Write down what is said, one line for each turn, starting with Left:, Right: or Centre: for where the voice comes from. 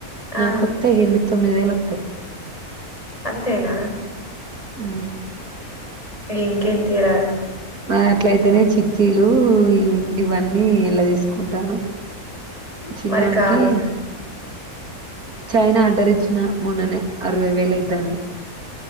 Right: నా
Left: ఆ
Right: కొత్తా ఏను ప తొమ్మిది వేళ్ళు వతాయి
Left: అంతేనా
Right: అ
Left: ఇంకెంత ఈ రారు
Right: అట్లయితేనే చిత్తీలు ఈ ఇవన్నీ ఇలా తీసుకుంటాను చినోనికి
Left: మరి కాదు
Right: చైనా అడ్డరిచ్చిన మూననే అరవై వేలైతానాయి